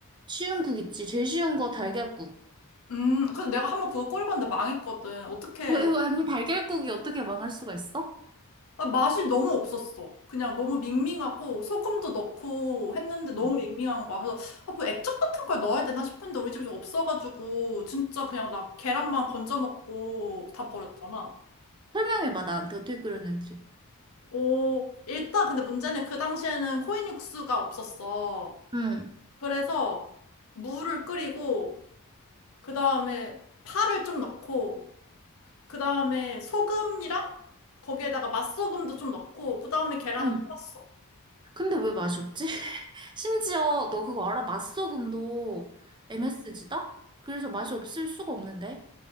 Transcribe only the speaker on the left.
음, 그래서 내가 한 번 그거 끓여봤는데 망했거든. 어떻게
아, 맛이 너무 없었어. 그냥 너무 밍밍하고 소금도 넣고 했는데 너무
밍밍한 거야. 그래서 아, 뭐 액젓 같은 걸 넣어야 되나 싶은데 우리 집에 없어가지고 진짜 그냥 나 계란만 건져 먹고 다 버렸잖아.
오, 일단 근데 문제는 그 당시에는 코인 육수가 없었어.
그래서 물을 끓이고 그 다음에 파를 좀 넣고 그 다음에 소금이랑 거기에다가 맛소금도 좀 넣고 그 다음에 계란을
풀었어.